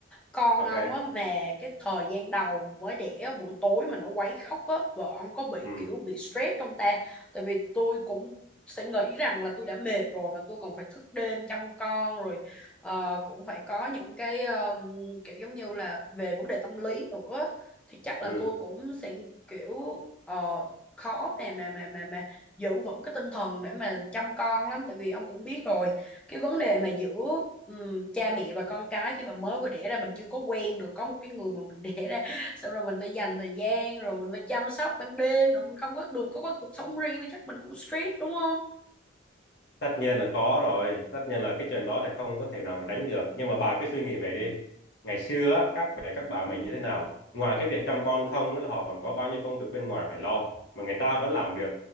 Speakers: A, in the centre; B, on the left.
A: con
B: ok
A: ông á mà cái thời gian đầu mới đẻ á, buổi tối mà nó quấy khóc á vợ ông có bị
B: ừ.
A: kiểu bị stress không ta tại vì tôi cũng sẽ nghĩ rằng là tôi đã mệt rồi mà tôi còn phải thức đêm chăm con rồi ờ, cũng phải có những cái um, kiểu giống như là về vấn đề tâm lý nữa thì chắc là
B: Ừ.
A: tôi cũng sẽ kiểu ờ, khó mà mà mà mà mà giữ vững cái tinh thần để mà chăm con lắm tại vì ông cũng biết rồi cái vấn đề mà giữa ừm, cha mẹ và con cái khi mà mới vừa đẻ ra mình chưa có quen được có một cái người mà mình <laughs> đẻ ra xong rồi mình phải dành thời gian rồi mình phải chăm sóc ban đêm nữa mình không có được có cái cuộc sống riêng thì chắc mình cũng stress đúng không
B: tất nhiên là có rồi tất nhiên là cái chuyện đó thì không có thể nào mà tránh được nhưng mà bà cứ suy nghĩ về đi ngày xưa á, các mẹ các bà mình như thế nào ngoài cái việc chăm con không á, là họ còn có bao nhiêu công việc bên ngoài phải lo mà người ta vẫn làm được